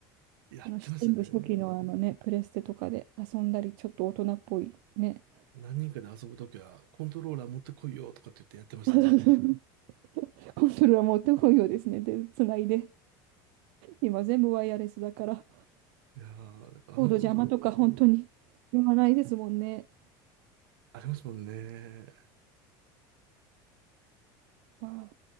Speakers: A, on the right; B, on the right.
A: やってましたね。
B: あの、全部初期のあのね、プレステとかで遊んだり、ちょっと大人っぽいね。
A: 何人かで遊ぶときは、コントローラー持ってこいよとかって言ってやってましたね。
B: <laughs> コントローラー持ってこいようですね。で、つないで。今全部ワイヤレスだから。
A: いやー、だからあの頃、
B: コード邪魔とか本当に言わないですもんね。
A: ありますもんね。
B: わあ、